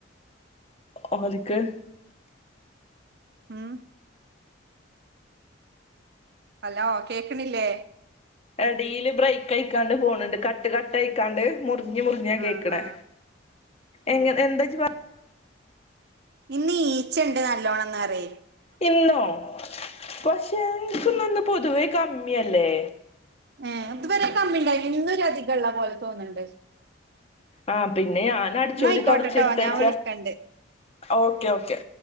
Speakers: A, on the left; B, on the right.
A: ഓരക്ക്
B: മ്മ് ഹലോ കേക്ക്ണില്ലേ
A: എടേല് ബ്രേയ്ക്കായിക്കാണ്ട് പോണ് ണ്ട് കട്ട് കട്ട് ആയ്ക്കാണ്ട് മുറി റിഞ്ഞ് മുറിഞ്ഞാ
B: ആ
A: കേക്ക്ണെ
B: ആ ഉം
A: എങ്ങൻ എന്താ ഇജ് പ
B: ഇന്ന് ഈച്ച ണ്ട് നല്ലോണംന്ന് റയ്
A: ഇന്നോ പഷേ എൻക്കിന്നൊന്ന് പൊതുവേ കമ്മിയല്ലേ
B: ഏഹ് ഇതുവരെ കമ്മി <unintelligible> ഇന്നൊരധികള്ള പോലെ തോന്ന്ണ് ണ്ട്
A: ആഹ് പിന്നെ ഞാനടിച്ചുവാരി
B: ആയിക്കോട്ടെട്ടോ
A: തൊടച്ചിട്ടെച്ച
B: ഞാൻ വിളിക്കണ്ട്
A: ഓക്കെ ഓക്കെ